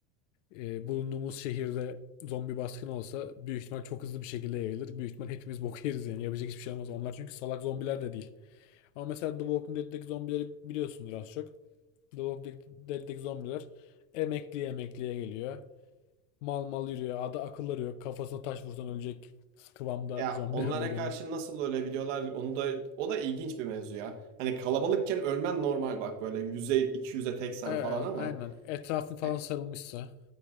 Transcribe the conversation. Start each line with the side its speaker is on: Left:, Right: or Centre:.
Left: e, bulunduğumuz şehirde zombi baskını olsa büyük ihtimal çok hızlı bir şekilde yayılır. Büyük ihtimal hepimiz boku <laughs> yeriz yani. Yapacak hiçbir şey olmaz. Onlar çünkü salak zombiler de değil. Ama mesela The Walking Dead'deki zombileri biliyorsundur az çok. The Walking Dead'deki zombiler emekliye emekliye geliyor. Mal mal yürüyor. Adı akılları yok. Kafasına taş vursan ölecek kıvamda
Right: Ya
Left: zombiler
Right: onlara
Left: oluyor genelde.
Right: karşı nasıl ölebiliyorlar? Onu da o da ilginç bir mevzu ya. Hani kalabalıkken ölmen normal bak böyle 100'e 200'e teksen
Left: Ee, e,
Right: falan ama
Left: aynen. Etrafın falan
Right: he-
Left: sarılmışsa.